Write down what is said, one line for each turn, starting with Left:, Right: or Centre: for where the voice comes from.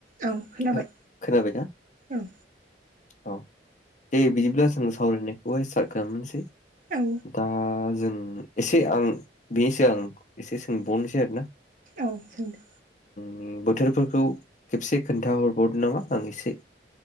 Right: औ खोनाबाय
Left: हो, खोनाबायना
Right: ओं।
Left: औ दे बिदिब्ला जों सावरायनायखौहाय स्टार्ट खालामसै
Right: औ
Left: दा जों उम एसे आं बेनोसै आं एसे सोंबावनोसै आरो ना।
Right: औ सोंदो।
Left: उम बोथोरफोरखौ खेबसे खोन्थाहरबावदो नामा ओं एसे